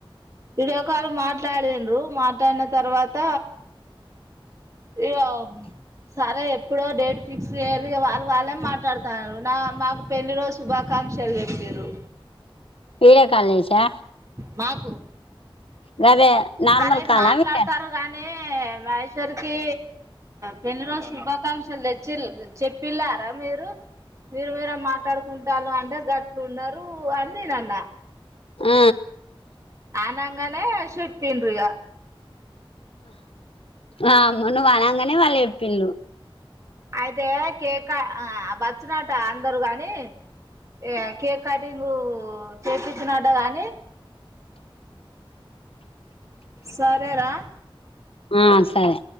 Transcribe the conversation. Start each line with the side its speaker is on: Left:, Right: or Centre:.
Right: వీడియో కాల్ మాట్లాడిన్రు మాట్లాడిన తర్వాత ఇ ఓ సరే ఎప్పుడో డేట్ ఫిక్స్ చేయాలి వాళ్ళు వాళ్ళే మాట్లాడుతన్నారు నా మాకు పెళ్లి రోజు శుభాకాంక్షలు చెప్పారు
Left: వీడియో కాల్ చేశా
Right: మాకు
Left: గదే నార్మల్
Right: అరే
Left: కాలా
Right: మాట్లాడతారు
Left: వీడియో
Right: గానీ మహేశ్వరికి పెళ్లి రోజు శుభాకాంక్షలు తెచ్చి చెప్పిల్లారా మీరు మీరు మీరు మాట్లాడుకుంటాలు అంటే గట్లు ఉన్నారు అని నేనన్న
Left: ఆ
Right: అనంగానే చెప్పిండ్రు ఇగ
Left: ఆ అమ్మ నువ్వు అనంగానే వాళ్ళు చెప్పిల్ళు
Right: అయితే కేక బచ్చినట అందరు గాని ఏ కేక్ కటింగు చేపిస్తున్నాడట గాని సరేరా
Left: ఆ సరే